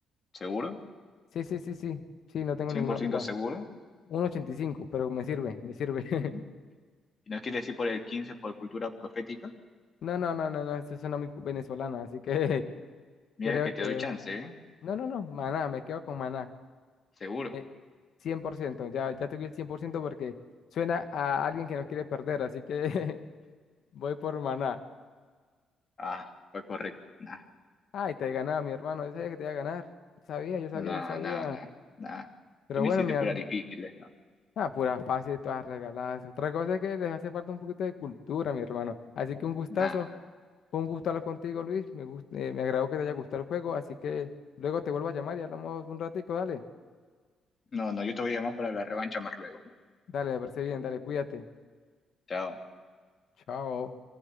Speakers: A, on the left; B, on the left.
A: ¿Seguro?
B: Sí, sí, sí, sí. Sí, no tengo
A: ¿100%
B: ninguna duda.
A: seguro?
B: un ochenta y cinco pero me sirve, me sirve. <laughs>
A: Mm. ¿Y no quieres decir por el 15 por cultura profética?
B: No, no, no, no, no, eso suena muy venezolana, así que <laughs>
A: Mira
B: creo
A: que te
B: que...
A: doy chance, ¿eh?
B: No, no, no, maná, me quedo con maná.
A: Seguro.
B: Eh, 100% ya, ya te di el 100% porque suena a alguien que no quiere perder, así que <laughs> voy por maná.
A: Ah, fue correcto. Nah.
B: Ay, te ganaba mi hermano, yo sabía que te iba a ganar. sabía, yo sabía,
A: Nada,
B: yo sabía.
A: nada, nada, nada.
B: Pero
A: Tú me
B: bueno,
A: hiciste
B: mi...
A: puras
B: a-
A: difíciles, ¿no?
B: Ah, puras fáciles, todas regaladas. Otra cosa es que les hace falta un poquito de cultura, mi hermano. Así que un gustazo.
A: Nada.
B: Fue un gusto hablar contigo, Luis. Me gust- eh, me agradó que te haya gustado el juego, así que luego te vuelvo a llamar y hablamos un ratico, dale.
A: No, no, yo te voy a llamar para la revancha más luego.
B: Dale, me parece bien, dale, cuídate.
A: Chao.
B: Chao.